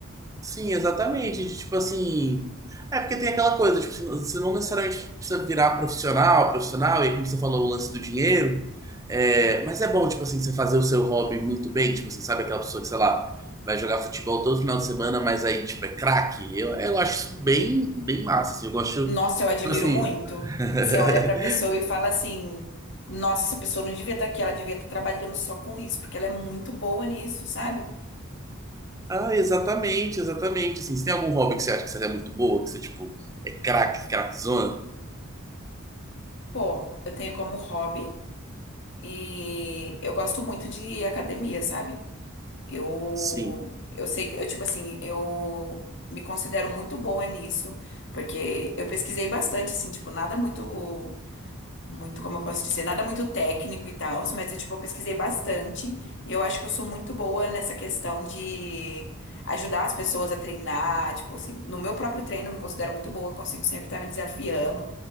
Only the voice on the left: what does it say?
Nossa, eu admiro
muito.
Você olha pra pessoa e fala assim: Nossa, essa pessoa não devia estar aqui, ela devia estar trabalhando só com isso, porque ela é muito boa nisso, sabe?
Pô, eu tenho como hobby e eu gosto muito de academia, sabe? Eu,
eu sei que, eu, tipo assim, eu me considero muito boa nisso, porque eu pesquisei bastante, assim, tipo, nada muito. muito, como eu posso dizer, nada muito técnico e tal, mas eu, tipo, eu pesquisei bastante e eu acho que eu sou muito boa nessa questão de ajudar as pessoas a treinar, tipo assim, no meu próprio treino eu me considero muito boa, eu consigo sempre estar me desafiando,